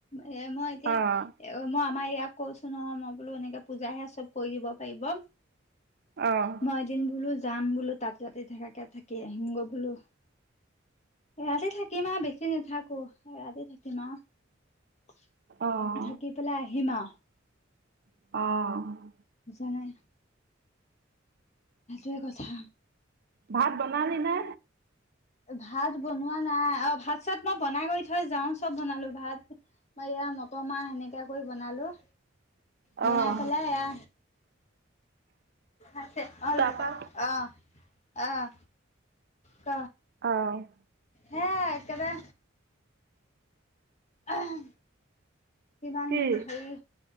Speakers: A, on the left; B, on the right.
A: এ মই এতিয়া
B: অঁ
A: মই আমাৰ ইয়াক কৈছো নহয় মই বোলো এনেকে পূজাহে চব কৰি দিব পাৰিব।
B: অ'।
A: মই এদিন বোলো যাম বোলো তাতে তা থাকাকে থাকি আহিমগৈ বোলো। এৰাতে থাকিম আৰু, বেছি নাথাকোঁ, এৰাতি থাকিম আৰু।
B: অঁ
A: থাকি পেলাই আহিম আৰু।
B: অ'।
A: বুজা নাই। সটোয়ে কথা।
B: ভাত বনালি নে?
A: ভাত বনোৱা নাই, অ', ভাত-চাত মই বনাই কৰি থৈ যাও, চব বনালো ভাত এয়া মটৰ মাহ সেনেকা কৰি বনালোঁ। বনাই
B: অঁ
A: পালেই এয়া আছে, অ',
B: তাৰপা
A: লৈ যাওক, আহ। আহ, ক।
B: অ'।
A: হে একেবাৰে আহ। কিমান
B: কি
A: হেৰি,